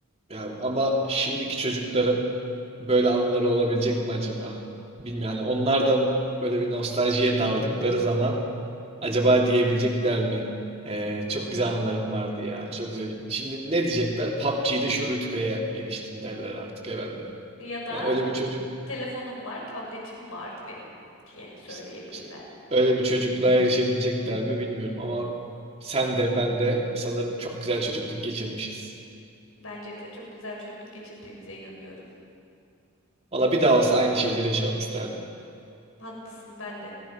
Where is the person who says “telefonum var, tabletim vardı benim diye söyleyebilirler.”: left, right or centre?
Left